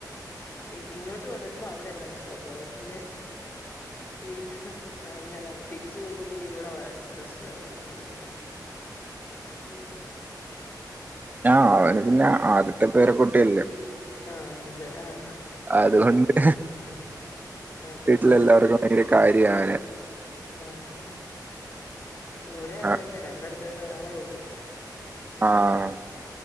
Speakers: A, on the left (about 25°); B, on the right (about 25°).
A: ഇങ്ങോട്ട് കൊണ്ടരുമ്പോ അവിടെ എല്ലാരും ശ് ശോകാവും പിന്നെ- വീ അങ്ങനാണ് തിരിച്ചു പോവൂമ്പോ പിന്നെ ഇവടെ പ്രശ്നമാവും അങ്ങനെയാണ് ഏഹ്
B: ആ അവന് പിന്നെ ആദ്യത്തെ പേരക്കുട്ടിയല്ലേ?
A: ആഹ് അതെ ആഹ്
B: അതുകൊണ്ട്
A: അതെ
B: വീട്ടിലെല്ലാവർക്കും ഭയങ്കര കാര്യ ര്യാവനെ
A: ആ ആ ഇവിടെ അതന്നെ
B: ആഹ്
A: രണ്ടടത്ത- ഒരാളേ ഉള്ളൂ
B: ആ